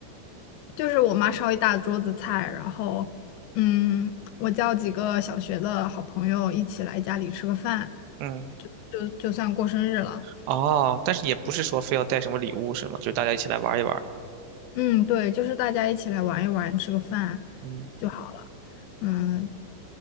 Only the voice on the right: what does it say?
嗯。
哦，但是也不是说非要带什么礼物是吗？就大家一起来玩一玩。
嗯，